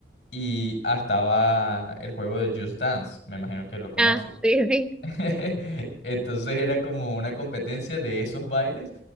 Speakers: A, on the left; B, in the centre.
A: y ah, estaba el juego de Just Dance, me imagino que lo conoces.
B: Ah, sí, sí.
A: <laughs> Entonces era como una competencia de esos bailes,